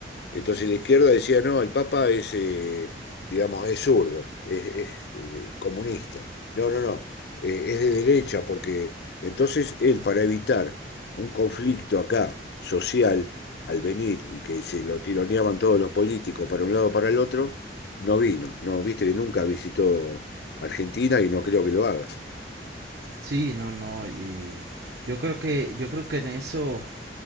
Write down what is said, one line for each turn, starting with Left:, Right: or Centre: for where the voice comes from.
Left: Entonces
Right: Mm,
Left: la izquierda decía, no, el Papa es, eh, digamos, es zurdo, es, es, eh, comunista. No, no, no, eh, es de derecha porque entonces él, para evitar un conflicto acá social, al venir y que se lo tironeaban todos los políticos para un lado para el otro, no vino. No, viste que nunca visitó Argentina y no creo que lo haga.
Right: Sí, no, no, y yo creo que, yo creo que en eso,